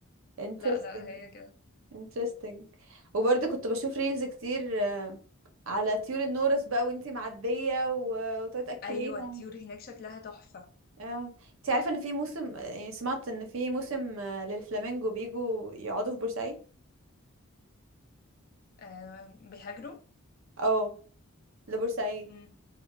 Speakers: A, on the right; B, on the left.
A: interesting
B: لا لا هي كده
A: interesting وبرضه كنت بشوف ريلز كتير آه، على طيور النورس بقى وانتي معدية و- وتقعدي تأكليهم
B: ايوه الطيور هناك شكلها تحفه
A: اه انت عارفة ان في موسم يعني سمعت ان في موسم آه، للفلامينجو بيجوا يقعدوا في بورسعيد
B: آه بيهاجروا
A: اه لبورسعيد
B: امم